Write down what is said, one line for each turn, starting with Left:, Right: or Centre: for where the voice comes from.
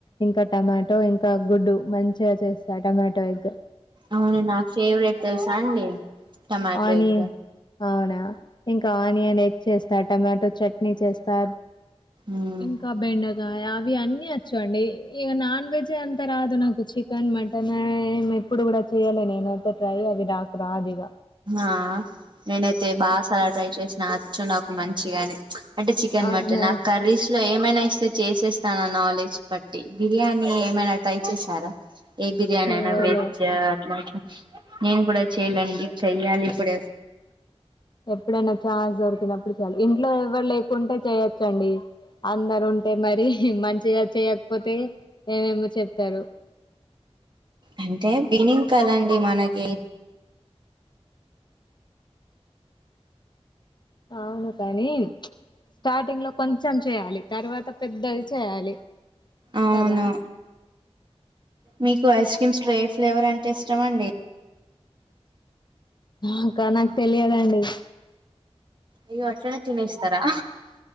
Left: ఇంకా టమాటో ఇంకా గుడ్డు మంచిగ చేస్తా టమాటో ఎగ్
Right: అవును నాక్ ఫేవరెట్ తెల్సా అండి టమాటో
Left: ఆనియే
Right: ఎగ్
Left: అవునా ఇంకా ఆనియన్ ఎగ్ చేస్తా టమాటో చట్ నీ చేస్తా
Right: మ్మ్
Left: ఇంకా బెండ కాయ అవి అన్నీ అచ్చు అండి ఇగ నాన్ వెజే అంత రాదు నాకు చికెన్, మటన్ ఏం ఎప్పుడు గుడ చేయలె నేనైతే ట్రై అవి నాకు రాదు ఇగ
Right: ఆ నేనైతే బాగా సార్ల ట్రై చేసిన అచ్చు నాకు మంచిగనే అంటే చికెన్,
Left: అవును
Right: మటన ఆ కర్రీస్లో ఏమైన ఇస్ తే చేసేస్తా నా నాలెడ్జ్ బట్టి బిర్యానీ ఏమైనా ట్రై చేసారా ఏ బిర్యానీ
Left: చేయలేదు
Right: అయిన వెజ్ అట్ల ఇట్ల నేన్ కూడా చేయలే అండి. చెయ్యాలి ఇప్పుడు
Left: ఎప్పుడైన ఛాన్స్ దొరికినప్పుడు చాలు ఇంట్లో ఎవరు లేకుంటే చేయచ్ చండి అందరున్ అంటె మరి మంచిగ చేయకపోతె మేమేమో చెప్తరు
Right: అంటే బిగినింగ్ కదండి మనకి
Left: అవును కని స్టార్టింగ్ లో కొంచెం చేయాలి తర్వాత పెద్దది చేయాలి
Right: అవును
Left: కద
Right: మీకు ఐస్ క్రీమ్స్ లో ఏ ఫ్లేవర్ అంటె ఇష్టమండి
Left: నాక నాకు తెలియదండి
Right: అయ్యో అట్లనే తినేస్తరా